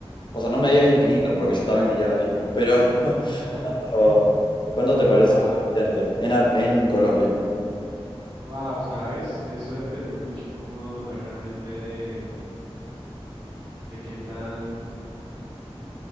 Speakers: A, on the left; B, on the right.
A: O sea, no me digas infinito,
B: Uf.
A: porque yo también diría lo mismo, pero <laughs>
B: <laughs>
A: o, ¿cuánto te parece
B: Wow,
A: suficiente en, Ar- en Colombia?
B: wow, ¿sabes? Eso depende mucho como realmente de, de qué tan,